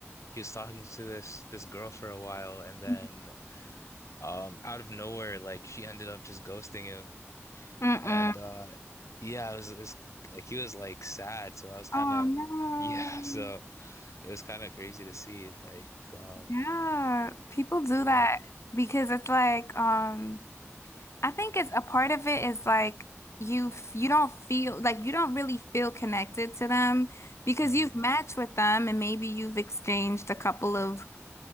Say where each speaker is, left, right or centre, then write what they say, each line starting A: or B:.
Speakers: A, on the left; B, on the left.
A: he was talking to this this girl for a while and then
B: <laughs>
A: um out of nowhere like she ended up just ghosting him
B: Mm-mm.
A: and uh yeah, it was it's like he was like sad, so I was kind
B: Oh
A: of
B: no.
A: <laughs> yeah, so it was kind of crazy to see like um
B: Yeah, people do
A: yeah.
B: that because it's like, um, I think it's a part of it is like you f- you don't feel like you don't really feel connected to them because
A: hmm
B: you've matched with them and maybe you've exchanged a couple of